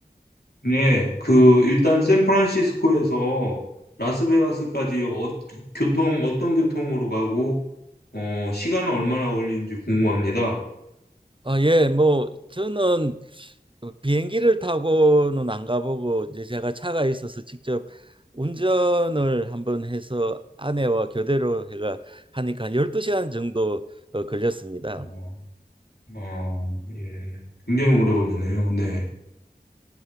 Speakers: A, on the left (about 70°); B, on the right (about 30°).
A: 네. 그 일단 샌프란시스코에서 라스베가스까지 어, 교통 어떤 교통으로 가고 어, 시간은 얼마나 걸리는지 궁금합니다.
B: 아, 예, 뭐 저는 그 비행기를 타고는 안 가보고 이제 제가 차가 있어서 직접 운전을 한번 해서 아내와 교대로 해가 하니까 12시간 정도 어, 걸렸습니다.
A: 어, 어, 예. 굉장히 오래 걸리네요. 네.